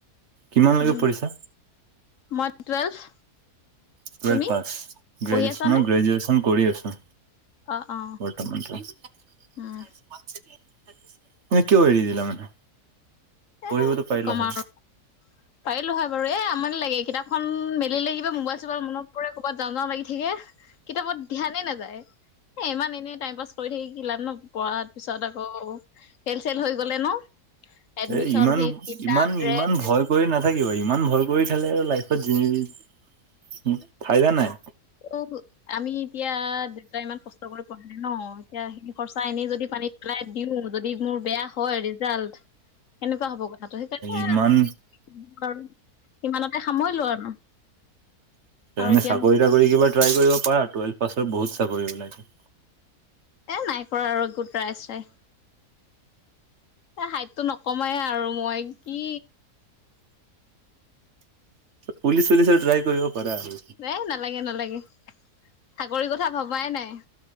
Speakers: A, on the right; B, on the left.
A: কিমানলৈকে
B: উম
A: পৰিছা
B: মই টুৱেলভ
A: টোৱেলভ
B: তুমি
A: পাছ, গ্ৰেজো
B: পঢ়ি আছানে
A: মই গ্ৰেজুৱেচন কৰি আছোঁ
B: অ অ
A: বৰ্তমানটো মানে
B: উম
A: কিয় এৰি দিলা মানে
B: এ
A: পঢ়িবতো
B: কি
A: পাৰিলা
B: ক'ম
A: হয়।
B: আৰু পাৰিলো হয় বাৰু এ আমনি লাগে কিতাপখন মেলিলে কিবা মোবাইল চোবাইল মনত পৰে ক'ৰবাত যাওঁ যাওঁ লাগি থাকে কিতাপত ধ্যানে নাযায় এ ইমান এনে টাইম পাছ কৰি থাকি কি লাভ নহ পোৱাৰ পিছত আকৌ ফেল চেল হৈ গলে ন এডমিশন
A: এ ইমান
B: ফিজ কিতাপ
A: ইমান
B: ড্ৰেছ
A: ইমান ভয় কৰি নাথাকে ইমান ভয় কৰি থাকিলে আৰু লাইফত ফাইদা নাই।
B: অ' আমি এতিয়া দেউতাই ইমান কষ্ট কৰি পঢ়াই ন এতিয়া সেই খৰচা এনেই যদি পানীত পেলাই দিও যদি মোৰ বেয়া হয় ৰিজাল্ট কেনেকুৱা হব কথাটো সেইকাৰণে
A: ইমান
B: ইমানতে সামৰিলো আৰু
A: <inaudible>
B: আৰু
A: এনে
B: এতিয়া
A: চাকৰি তাকৰি কিবা ট্ৰাই কৰিব পাৰা টুৱেলভ পাছত বহুত চাকৰি লাগে
B: এ নাই কৰা আৰু একো ট্ৰায় চাই এ হাইটো নকমাই আৰু মই কি
A: পুলিচ চুলিচ ত্ৰায় কৰিব পাৰা আৰু
B: এ নালাগে নালাগে চাকৰি কথা ভবাই নাই